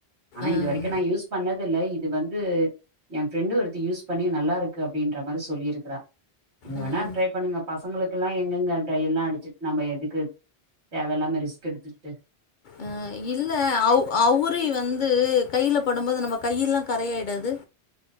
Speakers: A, on the right (about 85°); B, on the left (about 55°).
A: ஆனா
B: அம்.
A: இது வரைக்கும் நா யூஸ் பண்ணதுல, இது வந்து என் பிரண்டு ஒருத்தி யூஸ் பண்ணி நல்லா இருக்கு அப்படின்ற மாரி சொல்லிருக்ரா, நீங்க
B: அம்.
A: வேணா ட்ரை பண்ணுங்க பசங்ளுக்குலாம் எங்கங்க டைலா அடிச்சி நம எதுக்கு தேவலாம ரிஸ்க் டுக்டே
B: அஹ் இல்ல அவு அவுரி வந்து கையில படும்போது நம்ம கையிலாம் கரையாயிடாது?